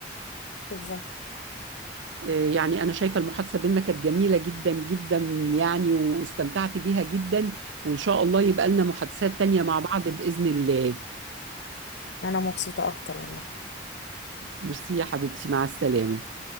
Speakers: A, on the left; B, on the right.
A: بالظبط
B: آه، يعني أنا شايفة المحادثة بينا كانت جميلة جدا جدا يعني واستمتعت بيها جدا وإن شاء الله يبقى لنا محادثات تانية مع بعض بإذن الله
A: انا مبسوطه اكتر والله
B: ميرسي يا حبيبتي مع السلامة